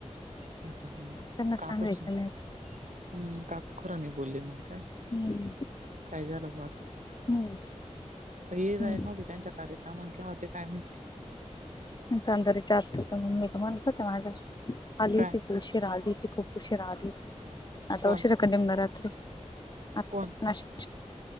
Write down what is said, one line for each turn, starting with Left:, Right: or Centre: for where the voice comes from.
Right: म्हणलं हम..
Left: त्यांना
Right: काकूच.
Left: सांगायचं
Right: हम्..
Left: नाही आता
Right: काकू खरं नाही बोलली मग काय,
Left: हम्म
Right: काय झालं मग असं.
Left: हम्म
Right: हे जाय
Left: हम्म
Right: नव्हती तेच्या कार्यत माणसं होती काय म्हणतील.
Left: <unintelligible> तर म्हणत होते माझ्या आली
Right: काय
Left: होती. उशीरा आली होती खूप उशीरा आली होती, आता
Right: कोण
Left: उशीरा कडेमना रात्री. आत्या
Right: कोण
Left: नाशिकची.